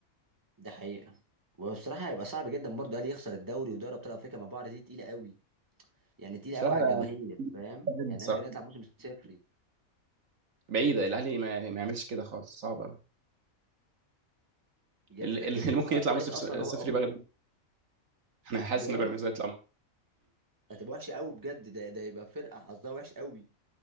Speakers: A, on the right; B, on the right.
A: دي حقيقه وبصراحه هيبقى صعب جدا برضه الاهلي يخسر الدوري ودوري ابطال افريقيا مع بعض دي تقيله قوي يعني تقيله
B: بصراحه
A: قوي على الجماهير فاهم
B: لا،
A: يعني
B: بصراحه
A: قال لك هنطلع موسم صفري
B: بعيده الاهلي ما, ما يعملش كده خالص صعب قوي
A: جدا
B: اللي اللي
A: جدا
B: ممكن
A: فكويس
B: يطلع موسم
A: اصلا
B: صفر
A: هو اه
B: بقى انا حاسس
A: بيراميدز
B: ان بيراميدز هيطلع موسم-
A: هتبقى وحشه قوي بجد ده ده يبقى فرقه حظها وحش قوي